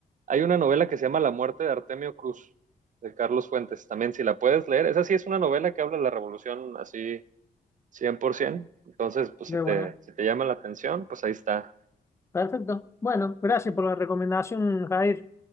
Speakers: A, on the right (about 50°); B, on the left (about 15°).
A: hay una novela que se llama La muerte de Artemio Cruz, de Carlos Fuentes, también si la puedes leer, esa sí es una novela que habla de la revolución así 100%, entonces pues
B: De
A: si te,
B: buena.
A: si te llama la atención, pues ahí está.
B: Perfecto. Bueno, gracias por la recomendación, Jair.